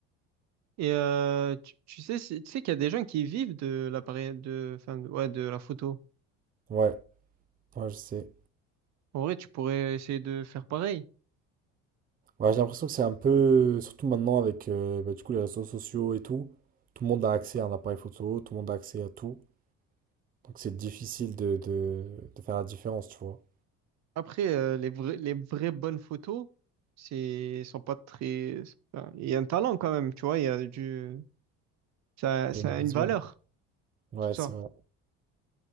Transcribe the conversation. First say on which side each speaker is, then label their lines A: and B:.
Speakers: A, on the right; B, on the right.
A: Et euh, tu, tu sais, c'est- tu sais qu'il y a des gens qui vivent de l'appareil, de, enfin, de- ouais, de la photo.
B: Ouais, ouais, je sais.
A: En vrai, tu pourrais essayer de faire pareil.
B: Ouais, j'ai l'impression que c'est un peu, surtout maintenant avec euh, bah, du coup, les réseaux sociaux et tout, tout le monde a accès à un appareil photo, tout le monde a accès à tout. Donc c'est difficile de, de, de faire la différence, tu vois.
A: Après, euh, les vrais, les vraies bonnes photos, c'est, sont pas très. c'est pas- Il y a un talent quand même, tu vois. Il y a du, ça,
B: Il
A: ça
B: y a une vision.
A: a une valeur,
B: Ouais,
A: tout ça.
B: c'est vrai.